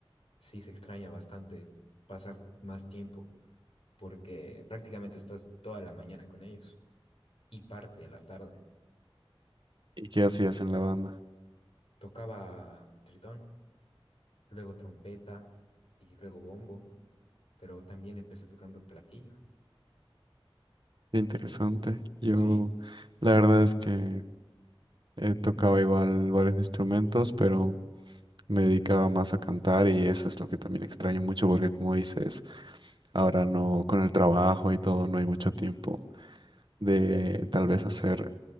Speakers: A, on the left (about 85°); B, on the right (about 55°).
A: sí se extraña bastante pasar más tiempo porque prácticamente estás toda la mañana con ellos y parte de la tarde.
B: ¿Y qué
A: En-
B: hacías en la banda?
A: Tocaba tritón, luego trompeta y luego bombo, pero también empecé tocando platillo.
B: Interesante.
A: Un-
B: Yo,
A: Sí,
B: la verdad es que eh, tocaba igual varios instrumentos, pero me dedicaba más a cantar y eso es lo que también extraño mucho porque como dices, ahora no, con el trabajo y todo, no hay mucho tiempo de tal vez hacer,